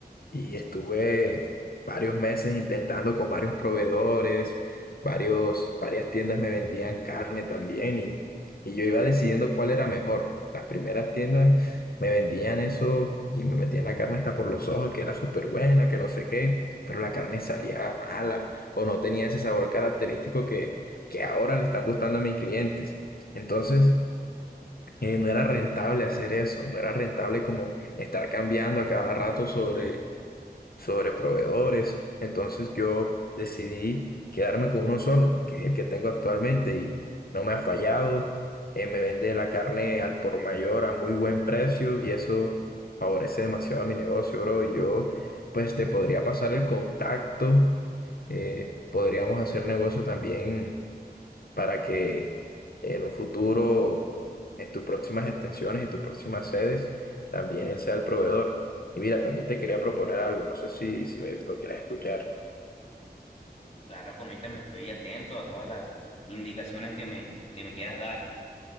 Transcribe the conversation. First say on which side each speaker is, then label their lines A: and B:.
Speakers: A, on the left; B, on the left.
A: y estuve varios meses intentando con varios proveedores, varios, varias tiendas me vendían carne también y, y yo iba decidiendo cuál era mejor. Las primeras tiendas me vendían eso y me metían la carne hasta por los ojos, que era súper buena, que no sé qué, pero la carne salía mala o no tenía ese sabor característico que, que ahora le están gustando a mis clientes. Entonces, eh, no era rentable hacer eso, no era rentable como estar cambiando a cada rato sobre sobre proveedores. Entonces yo decidí quedarme con uno solo, que es el que tengo actualmente y no me ha fallado. Eh, me vende la carne al por mayor a muy buen precio y eso favorece demasiado a mi negocio, bro. Y yo, pues te podría pasar el contacto, eh, podríamos hacer negocio también para que en un futuro, en tus próximas extensiones y tus próximas sedes, también él sea el proveedor. Y mira, también te quería proponer algo, no sé si, si me lo quieras escuchar.
B: Claro, coméntame, estoy atento a todas las indicaciones que me, que me quieras dar.